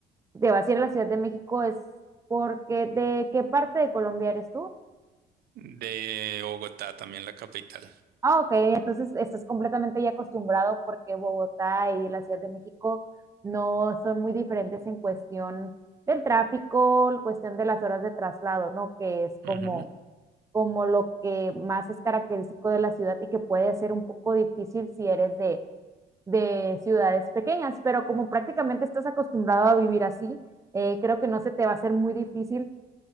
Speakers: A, on the right; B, on the right.
A: te vas a ir a la Ciudad de México es porque ¿de qué parte de Colombia eres tú?
B: de Bogotá, también la capital.
A: Ah, ok, entonces estás completamente ya acostumbrado porque Bogotá y la Ciudad de México no son muy diferentes en cuestión del tráfico, en cuestión de las horas de traslado, ¿no? Que es como
B: Ujú.
A: como lo que más es característico de la ciudad y que puede ser un poco difícil si eres de, de ciudades pequeñas, pero como prácticamente estás acostumbrado a vivir así, eh, creo que no se te va a hacer muy difícil